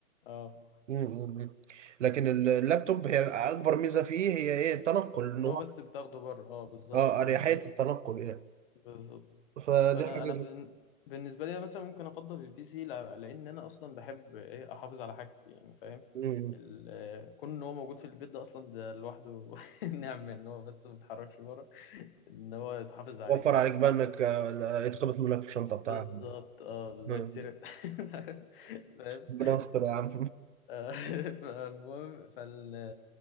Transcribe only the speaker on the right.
م- م- م. لكن ال- اللابتوب هي اكبر ميزه فيه هي ايه التنقل ان
هو
اه اريحيه
التنقل يعني
فدي
حاجه
دي.
م-
وفر
عليك بقى انك آه، لا، يتخبط منك في الشنطه بتاعك
م.
<laughs>
ربنا يستر يا عم